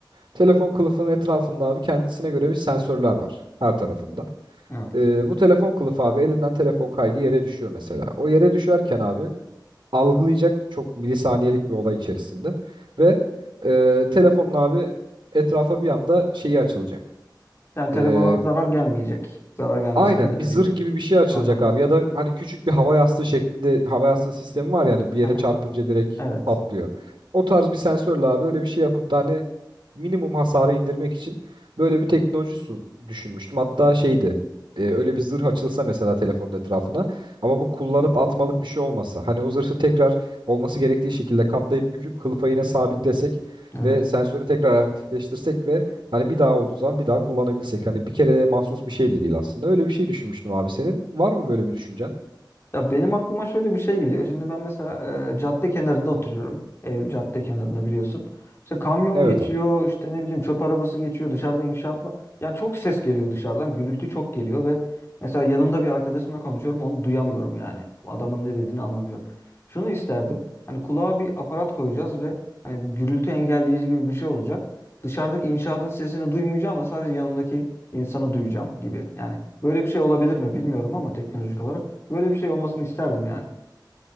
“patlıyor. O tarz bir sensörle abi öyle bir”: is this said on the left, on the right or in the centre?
Right